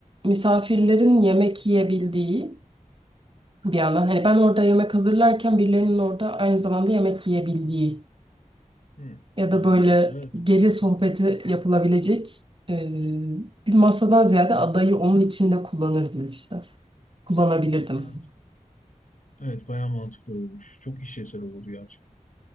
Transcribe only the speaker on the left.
Hı,
anladım.
Evet,
evet. Evet bayağı mantıklı olmuş. Çok işlevsel oldu gerçekten.